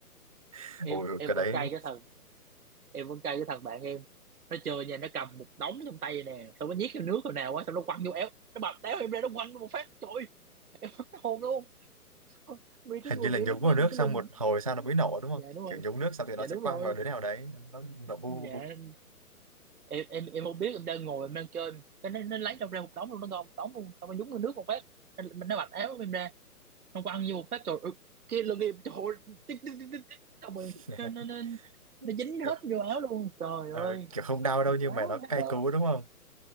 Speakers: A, on the right (about 25°); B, on the right (about 70°).
A: <laughs>
B: em
A: ôi ôi,
B: em
A: cái
B: vẫn
A: đấy
B: cay cái thằng em vẫn cay cái thằng bạn em nó chơi nha nó cầm một đống trong tay nè xong nó nhét vô nước rồi nào quá xong nó quăng vô éo nó bập đéo em ra nó quăng vô một phát trời ơi, <laughs> hồn luôn <laughs> vì cái
A: hình
B: người
A: như là
B: em
A: nhúng
B: lúc
A: vào
B: đó
A: nước
B: vì cái
A: xong
B: lưng
A: một hồi sau nó mới nổ đúng
B: dạ
A: không
B: đúng rồi
A: kiểu nhúng nước xong thì
B: dạ
A: nó sẽ
B: đúng
A: quăng
B: rồi
A: vào đứa nào đấy nó nổ bu
B: dạ
A: bu bu
B: em em em không biết em đang ngồi em đang chơi cái nó, nó lấy trong ra một đống luôn nó ngon đống luôn xong rồi nhúng vào nước một phát mình nó bạch áo của em ra nó quăng ăn vô một phát rồi ừ, cái lưng em trời ơi, tích tích tích tích tích, xong rồi
A: <laughs>
B: nó nó nó nó dính
A: kiểu,
B: hết vô áo luôn trời
A: ờ,
B: ơi
A: kiểu không đau đâu nhưng
B: quá
A: mà nó
B: mắc
A: cay
B: cỡ
A: cú đúng không